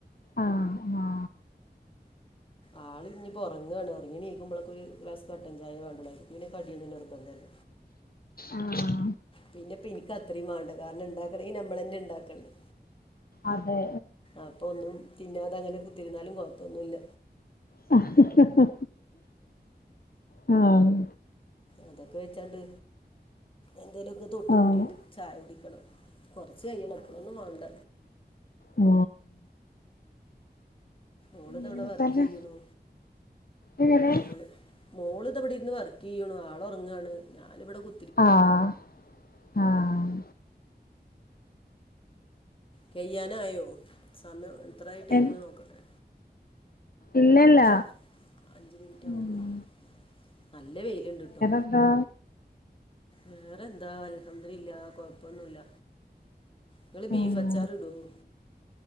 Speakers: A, on the left; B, on the left.
A: ആ ഞാ
B: ആള് ഇഞ്ഞ് ഇപ്പോൾ ഉറങ്ങാണ്ഉറങ്ങി നീക്കുമ്പോളെക്കൊരു ഒരു ഗ്ലാസ് കട്ടൻ ചായ വേണ്ടുള്ളു അതിലേക്ക് പിന്നെ കടിയൊന്നും നിർബന്ധല്ല
A: ആഹ്
B: പിന്നെപ്പം എനിക്ക് അത്രയും വാണ്ട കാരണം ഉണ്ടാക്കണമെങ്കിൽ നമ്മളെന്നെ ഉണ്ടാക്കണ്ടേ
A: അതെ
B: അപ്പോ ഒന്നും തിന്നതെ അങ്ങനെ കുത്തിരുന്നാലും കുഴപ്പൊന്നുല്ല
A: ഹ ഹ ഹആഹ്
B: അതൊക്കെ വച്ചാണ്ട് എന്തേലുമൊക്കെ തൊട്ട്
A: ആഹ്
B: കൂട്ടിട്ട് ചായ കുടിക്കണം കുറച്ച് കയ്യണം ഇപ്പോളൊന്നും വാണ്ട
A: ഓ
B: ഓള്
A: അങ്ങനെ
B: ദാ ഇവിടെ വർക്ക്
A: തന്നെ
B: ചെയ്യുണു
A: എങ്ങനെ
B: മോള് മോൾ ഇതാ ഇവിടെ ഇരുന്ന് വർക്ക് ചെയ്യുണു ആൾ ഉറങ്ങാണ് ഞാനിവിടെ കു
A: ആഹ് ആഹ്
B: കഴിയാനായോ സമയം എത്ര ആയി ടൈമ്
A: എൻ
B: നോക്കട്ടെ
A: ഇല്ലല്ല
B: ല്ല അഞ്ച് മിനിറ്റ് ആവണേ
A: ഉം
B: ഉള്ളു നല്ല വെയിലുണ്ട് ട്ടോ
A: ന്താ
B: വേറെന്താ അൽഹംദുലില്ലാഹ് കൊഴപ്പൊന്നുമില്ല നിങ്ങൾ ബീഫ്
A: ഉം
B: അച്ചാർ ഇടുമോ